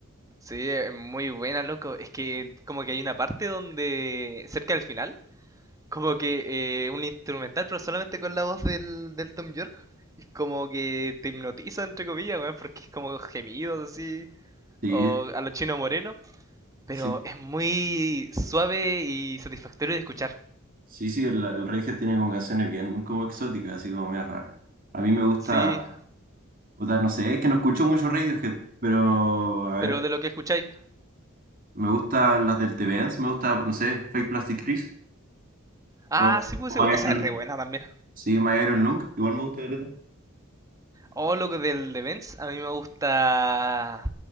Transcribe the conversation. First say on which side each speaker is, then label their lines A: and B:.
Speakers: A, on the right; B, on the right.
A: sí, es muy buena, loco. Es que como que hay una parte donde, cerca del final, como que eh, un instrumental, pero solamente con la voz del, del Tom York. Es como que te hipnotiza, entre comillas, weón, porque es como gemidos así,
B: Sí,
A: o a los chinos morenos. Pero
B: sí,
A: es muy suave y satisfactorio de escuchar.
B: sí, sí, el, el reggae tiene como canciones bien como exóticas, así como medio raras. A mí me gusta,
A: Sí,
B: puta, no sé, es que no escucho mucho Radiohead, pero a ver,
A: pero de lo que escucháis.
B: me gustan las del TVNs, me gusta, no sé, Fake Plastic Trees
A: Ah,
B: o,
A: sí, pues
B: o
A: sí, pues,
B: My
A: esa
B: Iron,
A: es re buena también.
B: sí, My Iron Lung, igual me gusta caleta.
A: Oh, lo que del de Benz, a mí me gusta.